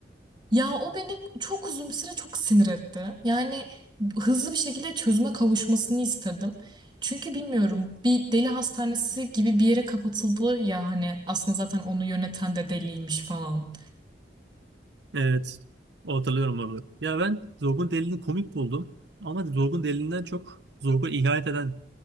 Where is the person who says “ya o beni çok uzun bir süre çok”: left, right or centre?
Right